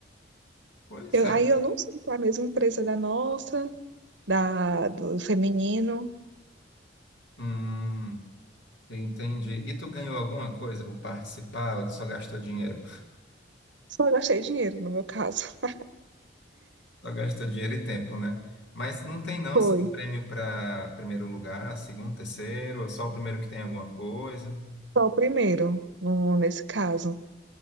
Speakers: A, on the left; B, on the right.
A: pois
B: Eu,
A: é.
B: aí eu não sei se é a mesma empresa da nossa, da, do feminino.
A: Hum, entendi. E tu ganhou alguma coisa por participar ou tu só gastou dinheiro?
B: Só gastei dinheiro, no meu caso. <laughs>
A: Só gasta dinheiro e tempo, né? Mas não tem não
B: Foi.
A: assim prêmio para primeiro lugar, segundo, terceiro, ou só o primeiro que tem alguma coisa.
B: Só o primeiro, no- nesse caso.